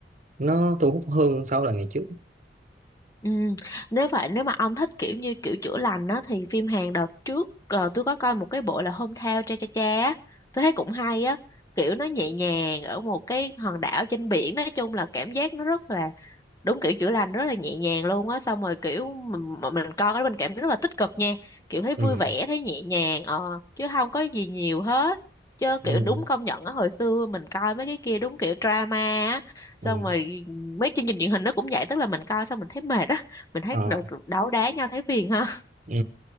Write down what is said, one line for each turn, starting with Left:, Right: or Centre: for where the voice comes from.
Right: nó thu hút hơn so là ngày trước
Left: Ừ. Nếu vậy nếu mà ông thích kiểu như kiểu chữa lành á thì phim Hàn đợt trước ờ, tôi có coi một cái bộ là hôm Hometown Cha Cha Cha á. tôi thấy cũng hay á kiểu nó nhẹ nhàng ở một cái hòn đảo trên biển nói chung là cảm giác nó rất là đúng kiểu chữa lành rất là nhẹ nhàng luôn á xong rồi kiểu mình mà mình coi cái mình cảm thấy rất là tích cực nha kiểu thấy vui
Right: ừ
Left: vẻ thấy nhẹ nhàng ờ chứ không có gì nhiều hết chứ
Right: ừ
Left: kiểu đúng công nhận á hồi xưa mình coi mấy cái kia đúng kiểu drama á xong
Right: ừ
Left: rồi mấy chương trình truyền hình nó cũng vậy tức là mình coi xong mình thấy mệt á mình thấy
Right: ờ
Left: đấu đá nhau thấy phiền ha
Right: ừ